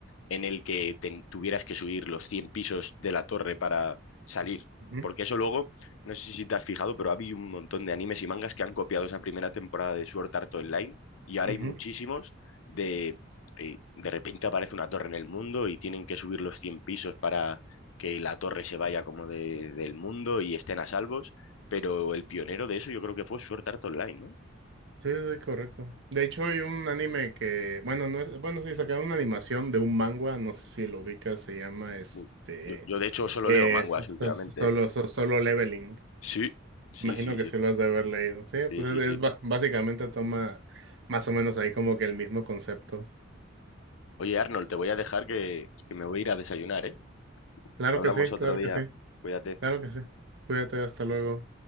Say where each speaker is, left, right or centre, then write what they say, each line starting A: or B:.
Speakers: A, on the left; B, on the right.
A: en el que ten- tuvieras que subir los 100 pisos de la torre para salir.
B: Ujú,
A: Porque eso luego, no sé si te has fijado, pero ha habido un montón de animes y mangas que han copiado esa primera temporada de Sword Art Online y ahora
B: ujú.
A: hay muchísimos de... eh, de repente aparece una torre en el mundo y tienen que subir los 100 pisos para que la torre se vaya como de- del mundo y estén a salvos, pero el pionero de eso yo creo que fue Sword Art Online, ¿no?
B: Sí, sí, sí, correcto. De hecho, hay un anime que, bueno, no, es- bueno, sí, sacaron una animación de un manga, no sé si lo ubicas, se llama este,
A: Bu- Yo, yo de hecho solo
B: eh,
A: leo manguas
B: so- so-
A: últimamente,
B: so- solo,
A: ¿eh?
B: so- solo leveling.
A: Sí, sí,
B: Imagino
A: sí,
B: que
A: sí,
B: sí lo has de haber leído. Sí,
A: sí,
B: pues
A: sí,
B: es, es
A: sí.
B: ba- básicamente toma más o menos ahí como que el mismo concepto.
A: Oye, Arnold, te voy a dejar que, que me voy a ir a desayunar, ¿eh?
B: Claro
A: Hablamos
B: que sí,
A: otro
B: claro
A: día.
B: que sí,
A: Cuídate.
B: claro que sí. Cuídate, hasta luego.